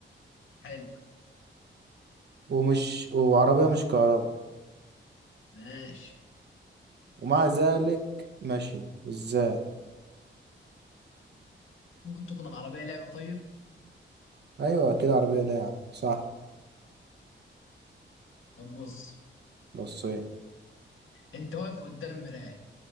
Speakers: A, on the left (about 80°); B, on the right (about 55°).
A: حلو
B: ومش وعربية مش كهرباء
A: ماشي
B: ومع ذلك ماشي ازاي
A: ممكن تكون عربيه لعبه طيب
B: ايوه اكيد عربية لاعب صح
A: طب بص
B: بصين
A: انت واقف قدام مرايه